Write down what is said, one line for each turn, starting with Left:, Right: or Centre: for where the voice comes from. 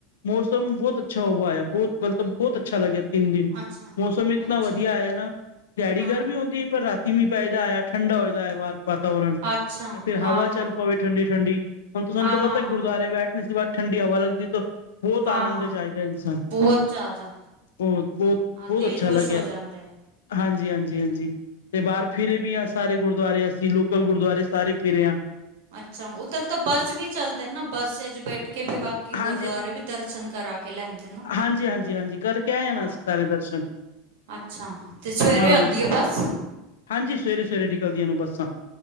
Left: ਮੌਸਮ ਬਹੁਤ ਅੱਛਾ ਹੂਆ ਆ, ਬਹੁਤ ਮਤਲਬ ਬਹੁਤ ਅੱਛਾ ਲੱਗਿਆ। ਤਿੰਨ ਦਿਨ,
Right: ਅੱਛਾ
Left: ਮੌਸਮ ਇਤਨਾ
Right: ਅੱਛਾ
Left: ਵਧੀਆ ਆਇਆ ਨਾ, ਡੈਡੀ
Right: ਹਾਂ
Left: ਘਰ ਵੀ ਹੁੰਦੀ ਪਰ ਰਾਤੀਂ ਮੀਂਹ ਪੈਦਾ ਹੋਇਆ ਠੰਡਾ ਹੋ ਜਾਂਦਾ ਐ ਵਾਤਾਵਰਣ।
Right: ਅੱਛਾ।
Left: ਫੇਰ ਹਵਾ
Right: ਹਾਂ ਹਾਂ
Left: ਚ ਪਵੇ ਠੰਡੀ- ਠੰਡੀ ਹੁਣ, ਤੁਾਨੂੰ
Right: ਹਾਂ
Left: ਤੇ ਪਤਾ
Right: ਹਾਂ ਹਾਂ
Left: ਗੁਰਦੁਆਰੇ ਬੈਠੇ ਦੇ ਸਿਵਾ ਠੰਡੀ ਹਵਾ ਲਗਦੀ ਤਾਂ। ਬੋਤ
Right: ਹਾਂ
Left: ਆਨੰਦ
Right: ਹਾਂ
Left: ਚਾਹੀਦਾ ਇਨਸਾਨ।
Right: ਬਹੁਤ ਜ਼ਿਆਦਾ
Left: ਬੋਤ- ਬੋਤ,
Right: ਹਾਂ
Left: ਬੋਤ
Right: ਦਿਲ
Left: ਅੱਛਾ
Right: ਖੁਸ਼
Left: ਲੱਗਿਆ।
Right: ਹੋ ਜਾਂਦਾ
Left: ਹਾਂਜੀ- ਹਾਂਜੀ, ਹਾਂਜੀ ਤੇ ਬਾਹਰ ਫਿਰੇ ਵੀ ਹਾਂ ਸਾਰੇ ਗੁਰਦੁਆਰੇ ਅਸੀਂ ਲੋਕਲ ਗੁਰਦੁਆਰੇ ਸਾਰੇ ਫਿਰੇ ਹਾਂ।
Right: ਅੱਛਾ ਉੱਧਰ ਤਾਂ ਬੱਸ ਵੀ ਚੱਲਦਾ ਨਾ ਬੱਸ ਚ ਬੈਠ ਕੇ ਵੀ ਬਾ- ਕਿ
Left: ਹਾਂਜੀ
Right: ਗੁਰਦੁਆਰੇ ਵੀ ਦਰਸ਼ਨ ਕਰਾ ਕੇ ਲੈਂਦੇ ਨਾ,
Left: ਹਾਂਜੀ ਹਾਂਜੀ ਹਾਂਜੀ ਕਰਕੇ ਆਏ ਆ
Right: ਹੂੰ।
Left: ਨਾ ਅਸੀਂ ਸਾਰੇ ਦਰਸ਼ਨ
Right: ਅੱਛਾ, ਤੇ ਸਵੇਰੇ
Left: ਹਾਂ
Right: ਆਉਂਦੀ ਆ ਬਸ।
Left: ਹਾਂਜੀ ਸਵੇਰੇ- ਸਵੇਰੇ ਨਿਕਲਦੀਆਂ ਨੇ ਬੱਸਾਂ,